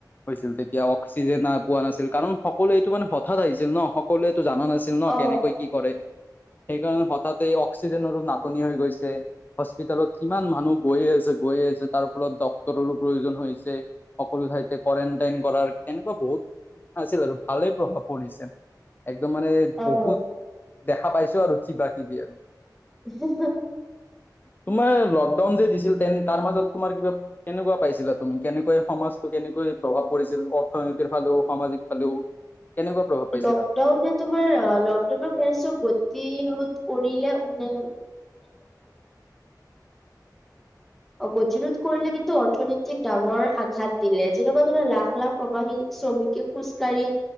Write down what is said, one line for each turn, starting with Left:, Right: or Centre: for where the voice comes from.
Left: হৈছিল তেতিয়া অক্সিজেন এ পোৱা নাছিল কাৰণ সকলোৱে এইটো মানে হঠাৎ আহিছিল ন সকলোৱে এইটো জানা নাছিল ন
Centre: অ
Left: কেনেকৈ কি কৰে সেইকাৰণে হঠাতে অক্সিজেনৰো নাটনি হৈ গৈছে হস্পিতালত কিমান মানুহ গৈয়ে আছে গৈয়ে আছে তাৰ ফলত ডক্তৰৰো প্ৰয়োজন হৈছে সকলো ঠাইতে কোৱাৰেনটাইন কৰাৰ এনেকুৱা বহুত আছিল আৰু ভালেই প্ৰভাৱ পৰিছে একদম মানে
Centre: অ
Left: বহুত দেখা পাইছো আৰু কিবা কিবি আৰু
Centre: <unintelligible>
Left: তোমাৰ লকডাউন যে দিছিল তেন তাৰ মাজত তোমাৰ কিবা কেনেকুৱা পাইছিলা কেনেকৈ সমাজটো কেনেকৈ প্ৰভাৱ পৰিছিল অৰ্থনীতিৰ ফালেও সামাজিক ফালেও কেনেকুৱা প্ৰভাৱ পাইছিলা?
Centre: লকডাউনে তোমাৰ লকডাউনৰ <unintelligible> গতি ৰোধ কৰিলে মানে অ গ বিৰোধ কৰিলে কিন্তু অৰ্থনীতিক ডাঙৰ আঘাত দিলে যেনেকুৱা ধৰণৰ লাখ লাখ প্ৰবাহী শ্ৰমিকে খোজকাঢ়ি